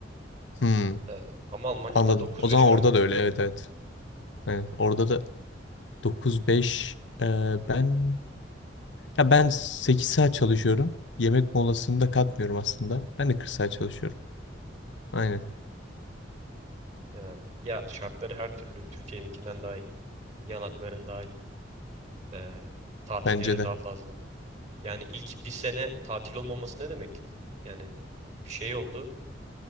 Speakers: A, on the left; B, on the right.
A: Hmm,
B: Ee, ama Almanya'da
A: anladım.
B: 9-5
A: O zaman
B: galiba.
A: orada da öyle. Evet evet. Evet, orada da 9-5 e, ben Ya ben 8 saat çalışıyorum. Yemek molasını da katmıyorum aslında. Ben de 40 saat çalışıyorum. Aynen.
B: Yani ya şartları her türlü Türkiye'ninkinden daha iyi. Yanakların daha iyi. Ee, tatillerin
A: Bence de.
B: daha fazla. Yani ilk bir sene tatil olmaması ne demek? Yani bir şey oldu.